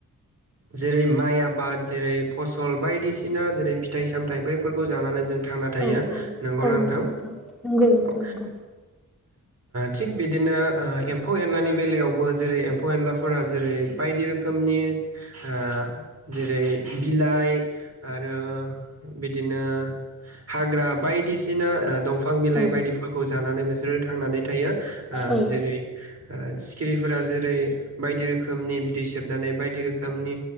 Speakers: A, on the right (about 50°); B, in the centre.
A: जेरै माइ आबाद जेरै फसल बायदिसिना जेरै फिथाइ सामथायाइ बैफोरखौ जानानै जों थांना थायो
B: औ
A: नंगौना नोंथां
B: नंगौ
A: औ
B: नंगौ नोंथां
A: औ ओ
B: नंगौ
A: थिग बिदिनो ओ एम्फौ एननायनि बेलायावबो जेरै एमफौ एनलाफोरा जेरै बाइदि रोखोमनि ओ जेरै बिलाइ आरो बिदिनो हाग्रा बायदिसिना ओ दंफा बिफां बिलाइ
B: औ
A: बायदिफोरखौ जानानै बेसो <unintelligible> थांनानै थायो आ
B: औ
A: जेरै आ सिखिरि फोरा जेरै बायदि रोखोमनि बिदै सोबनानै बायदि रोखोमनि